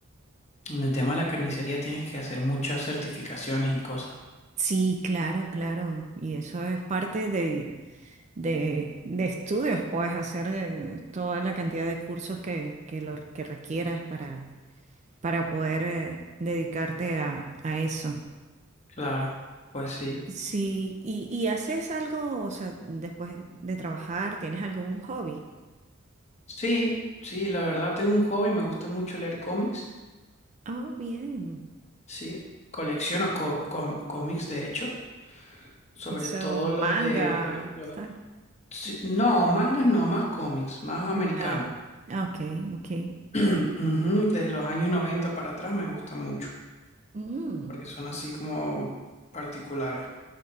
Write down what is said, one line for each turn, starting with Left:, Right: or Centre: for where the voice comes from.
Left: en el tema de la carnicería tienes que hacer muchas certificaciones y cosas.
Right: Sí, claro, claro. Y eso es parte de, de, de estudios, puedes hacer eh, toda la cantidad de cursos que, que, lo, que requieras para, para poder eh, dedicarte a, a eso.
Left: Claro, pues sí.
Right: Sí, y, y haces algo, o sea, después de trabajar, ¿tienes algún hobby?
Left: Sí, sí, la verdad tengo un hobby, me gusta mucho leer cómics,
Right: Oh, bien.
Left: sí, colecciono co- com- cómics, de hecho, sobre
Right: Eso,
Left: todo
Right: manga,
Left: los de... los-
Right: tal.
Left: sí, no, mangas no, más cómics, más americanos.
Right: Ya. Ah, Ok, ok.
Left: <clears throat> Ujú, De los años 90 para atrás me gustan mucho,
Right: Mm,
Left: porque son así como particulares.